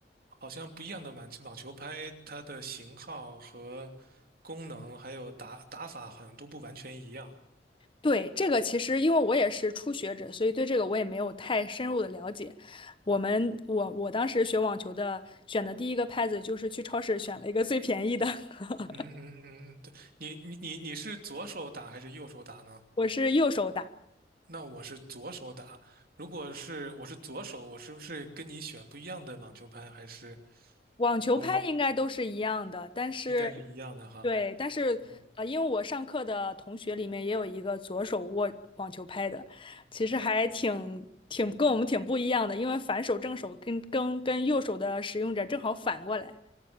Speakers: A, on the right; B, on the left.
A: 好像不一样的网球网球拍，它的型号和功能还有打打法好像都不完全一样。
B: 对，这个其实因为我也是初学者，所以对这个我也没有太深入的了解。我们我我当时学网球的，选的第一个拍子就是去超市选了一个最便宜的，<laughs>
A: 嗯嗯嗯，嗯对，你你你你是左手打还是右手打呢？
B: 我是右手打，
A: 那我是左手打，如果是我是左手，我是不是跟你选不一样的网球拍？还是
B: 网球拍应该都是一样的，
A: 啊，
B: 但是
A: 应该是一样的哈。
B: 对，但是啊，
A: 嗯，
B: 因为我上课的同学里面也有一个左手握网球拍的，其实还挺挺跟我们挺不一样的，因为反手正手跟跟跟右手的使用者正好反过来。